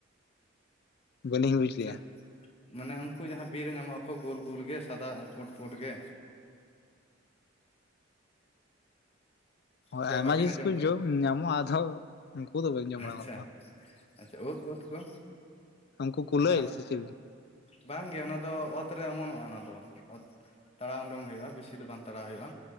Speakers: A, on the left; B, on the left.
A: ᱵᱟᱹᱞᱤᱧ ᱵᱩᱡᱽ ᱞᱮᱜᱼᱟ
B: ᱥᱮ ᱢᱟᱱᱮ ᱩᱱᱠᱩ ᱡᱟᱦᱟᱸ ᱵᱤᱨ ᱨᱮ ᱧᱟᱢᱚᱜ ᱟᱠᱚ ᱜᱳᱞ ᱜᱳᱩᱞ ᱜᱮ ᱥᱟᱫᱟ ᱯᱩᱰ ᱯᱩᱰ ᱜᱮ
A: ᱦᱳᱭ
B: ᱥᱮ
A: ᱟᱭᱢᱟ
B: ᱵᱟᱵᱮᱱ
A: ᱡᱤᱱᱤᱥ
B: ᱟᱸᱡᱚᱢ
A: ᱠᱚ
B: ᱠᱟᱜᱼᱟ
A: ᱡᱚᱢ ᱧᱟᱢᱚᱜᱼᱟ ᱟᱫᱚ ᱩᱱᱠᱩ ᱫᱚ ᱵᱟᱹᱧ ᱡᱚᱢ ᱵᱟᱲᱟ
B: ᱟᱪᱪᱷᱟ
A: ᱟᱠᱟᱫ ᱠᱚᱣᱟ
B: ᱟᱪᱪᱷᱟ ᱚᱛᱼᱚᱛ ᱠᱚ
A: ᱩᱱᱠᱩ ᱠᱩᱞᱟᱹᱭ
B: ᱡᱟᱦᱟᱸ ᱫᱚ
A: ᱥᱮ ᱪᱤᱞᱤ
B: ᱵᱟᱝ ᱜᱮ ᱚᱱᱟ ᱫᱚ ᱚᱛᱨᱮ ᱚᱢᱚᱱᱚᱜᱼᱟ ᱚᱱᱟ ᱫᱚ ᱛᱟᱲᱟᱣ ᱩᱰᱚᱝ ᱦᱩᱭᱩᱜᱼᱟ ᱵᱮᱥᱤ ᱫᱚ ᱵᱟᱝ ᱛᱟᱲᱟᱣ ᱦᱩᱭᱩᱜᱼᱟ